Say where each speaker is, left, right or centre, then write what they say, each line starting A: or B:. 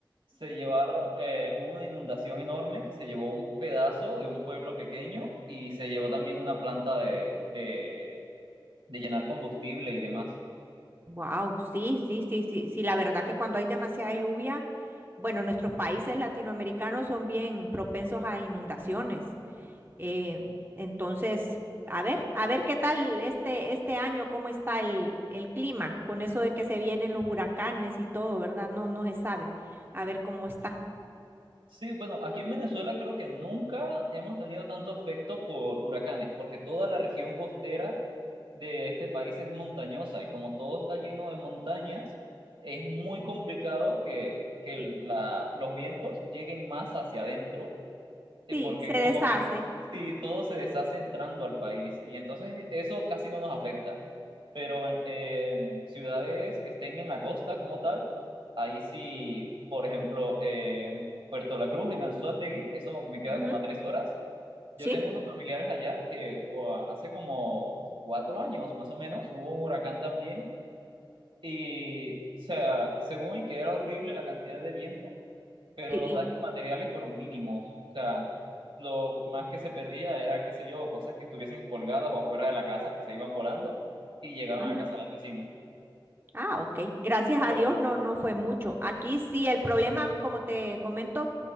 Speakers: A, on the right; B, on the right.
A: se llevaron, eh, hubo una inundación enorme que se llevó un pedazo de un pueblo pequeño y se llevó también una planta de, de, de llenar combustible y demás.
B: Wow, sí, sí, sí, sí, sí, la verdad que cuando hay demasiada lluvia Bueno, nuestros países latinoamericanos son bien propensos a inundaciones. Eh, entonces, a ver, a ver qué tal este, este año, cómo está el, el clima, con eso de que se vienen los huracanes y todo, ¿verdad? No, no se sabe. A ver cómo está.
A: Sí, bueno, aquí en Venezuela creo que nunca hemos tenido tanto afecto por huracanes, porque toda la región costera de este país es montañosa y como todo está lleno de montañas, es muy complicado que, que el-
B: Sí.
A: la- los vientos lleguen más hacia adentro eh,
B: Sí,
A: porque
B: se deshace.
A: como que sí, todo se deshace entrando al país y entonces eso casi no nos afecta. Pero eh, en ciudades que estén en la costa como tal, ahí sí, por ejemplo, eh, Puerto La Cruz, en Anzoátegui, eso me queda
B: Ujú,
A: como
B: ujú.
A: a tres horas. Yo
B: Sí,
A: tengo unos familiares allá que o, hace como cuatro años más o menos hubo un huracán también y, o sea, según y que era horrible la cantidad de viento pero
B: sí.
A: los daños materiales fueron mínimos. O sea, lo más que se perdía era, qué sé yo, cosas que estuviesen colgadas o afuera de la casa, que se iban volando y llegaban
B: ujú.
A: a casa del vecino.
B: Ah, ok. Gracias
A: Pero
B: a Dios, no, no fue mucho. Aquí sí, el problema, como te comento,